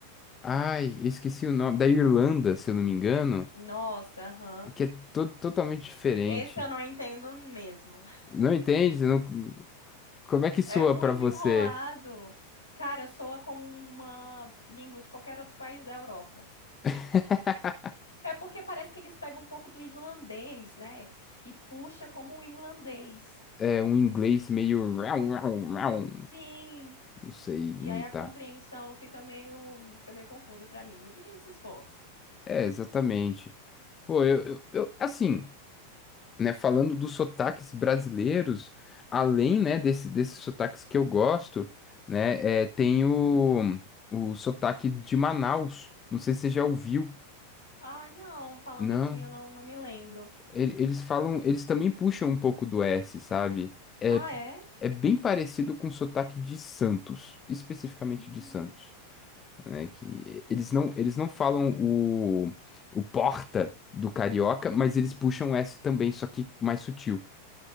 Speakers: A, on the left; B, on the left.
A: Ai, eu esqueci o nome. Da Irlanda, se eu não me engano,
B: Nossa, aham.
A: que é to- totalmente diferente.
B: Esse eu não entendo mesmo. <laughs>
A: Não entende? Você não- Como é que soa
B: É muito
A: pra você?
B: enrolado. Cara, soa como uma língua de qualquer outro país da Europa.
A: <laughs>
B: É porque parece que eles pegam um pouco do irlandês, né? E puxa como um irlandês.
A: É um inglês meio. rau, rau, rau.
B: Sim.
A: Não sei
B: E
A: imitar.
B: aí a compreensão fica meio, fica meio confusa pra mim, mas a gente se esforça.
A: É, exatamente. Pô, eu, eu, eu- assim, né? Falando dos sotaques brasileiros, além, né, desse, desses sotaques que eu gosto, né? É, tem o, o sotaque de Manaus. Não sei se você já ouviu.
B: Ai, não, falando
A: Não.
B: assim, eu não, não me lembro.
A: Ele- Eles falam, eles também puxam um pouco do S, sabe? É,
B: Ah, é?
A: é bem parecido com o sotaque de Santos, especificamente
B: Hum.
A: de Santos, né? Que eles não, eles não falam o, o porta do carioca, mas eles puxam o S também, só que mais sutil.